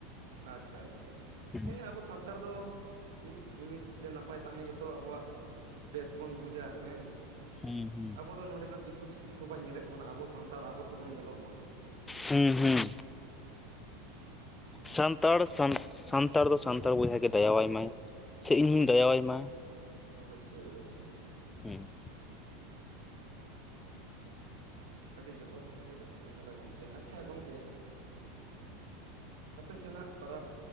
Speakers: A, on the right; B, on the left.
A: ᱟᱪᱪᱷᱟ ᱟᱪᱪᱷᱟ ᱟᱪᱪᱟ,
B: ᱦᱩᱸ
A: ᱦᱮᱸ ᱟᱵᱚ ᱥᱟᱱᱛᱟᱲ ᱫᱚ ᱢᱤᱫ ᱡᱩᱢᱤᱫ ᱛᱮ ᱱᱟᱯᱟᱭ ᱛᱟᱦᱮᱸ ᱜᱮᱛᱚ ᱟᱵᱚᱣᱟᱜ ᱵᱮᱥ ᱵᱚᱱ ᱵᱩᱡᱟ ᱦᱮᱸ
B: ᱦᱩᱸ ᱦᱩᱸ
A: ᱟᱵᱚ ᱫᱚ ᱱᱚᱸᱰᱮ ᱫᱚ ᱫᱤᱠᱩ ᱪᱷᱟᱹ ᱛᱤᱠ ᱦᱚ ᱵᱟᱭ ᱧᱮᱞᱮᱫ ᱵᱚᱱᱟ ᱟᱵᱚ ᱥᱟᱱᱛᱟᱲ ᱟᱵᱚ ᱛᱮᱵᱚᱱ ᱧᱮᱞᱚᱜ ᱢᱟ᱾
B: ᱦᱩᱸ ᱦᱩᱸ᱾ ᱥᱟᱱᱛᱟᱲ ᱥᱟᱱ-ᱥᱟᱱᱛᱟᱲ ᱫᱚ ᱥᱟᱱᱛᱟᱲ ᱵᱚᱭᱦᱟ ᱜᱮ ᱫᱟᱭᱟᱣᱟᱭ ᱢᱟᱭ᱾ ᱥᱮ ᱤᱧ
A: ᱦᱮᱸ
B: ᱦᱚᱸᱧ ᱫᱟᱭᱟ ᱟᱭ ᱢᱟ᱾
A: ᱚᱵᱚᱥᱥᱳᱭ ᱚᱵᱚᱥᱥᱳᱭ᱾
B: ᱦᱩᱸ᱾
A: ᱟᱹᱰᱤ ᱡᱚᱛᱷᱟᱛ ᱠᱟᱛᱷᱟ ᱜᱮᱵᱮᱱ ᱢᱮᱱ ᱠᱟᱫᱟ ᱜᱚᱝᱠᱮ, ᱟᱪᱪᱷᱟ ᱜᱚᱝᱠᱮ ᱟᱯᱮ ᱥᱮᱱᱟᱜ ᱯᱟᱨᱟᱵᱽ